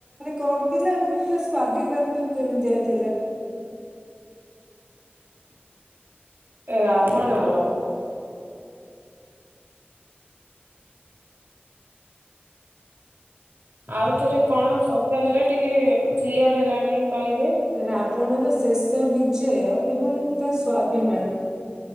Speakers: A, on the right; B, on the right.
A: କଣ <unintelligible> ଥିଲା ଏବଂ ସେ ସ୍ଵାଭିମାନ ବି କେମିତିଆ ଥିଲା।
B: ଏ ରାବଣର। ଆଉଥରେ କଣ ପଚାରିଲେ ଟିକେ କ୍ଲିୟର ହେଲାନି କହିବେ।
A: ରାବଣର ଶେଷ ବିଜୟ ଏବଂ ତା ସ୍ୱାଭିମାନ।